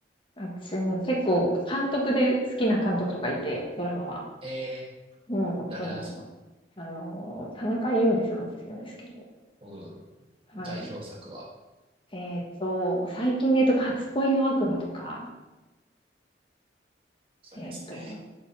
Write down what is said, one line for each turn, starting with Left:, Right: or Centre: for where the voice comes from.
Left: 私も結構監督で好きな監督とかいて、ドラマは。
Right: えー、
Left: もう、
Right: 誰なんですか
Left: あのあの、田中裕二さんって言うんですけど、
Right: うん、
Left: はい。
Right: 代表作は。
Left: えっと、最近で言うと初恋の悪魔とか、
Right: それですね。
Left: えっと